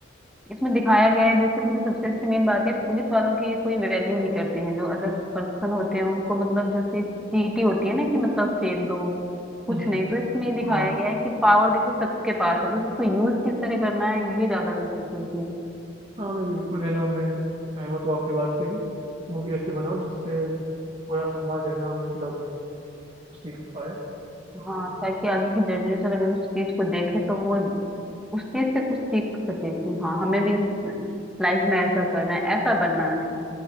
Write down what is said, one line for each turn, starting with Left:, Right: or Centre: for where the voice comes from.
Centre: इसमें दिखाया गया है बेसिकली सबसे अच्छी मेन बात है पुलिस वालों की कोई वैल्यू नहीं करते हैं जो अदर पर्सन होते हैं उनको मतलब जैसे चीटी होती है ना कि मतलब फेंक दो कुछ
Right: हम्म
Centre: नहीं तो इसमें ये दिखाया
Right: हाँ
Centre: गया है कि पावर देखो सबके पास है बस उसको यूज किस तरह करना है ये ज्यादा मैटर करती है
Right: हाँ मैं बिल्कुल है ना मैं सहमत हूँ आपकी बात से कि मूवी ऐसी बनाओ जिससे पूरा समाज है ना मतलब सीख पाए तो
Centre: हाँ ताकि आगे की जनरेशन अगर उस चीज को देखे तो वो उस चीज से कुछ सीख सके कि हाँ हमें भी इस लाइफ में ऐसा करना है ऐसा बनना है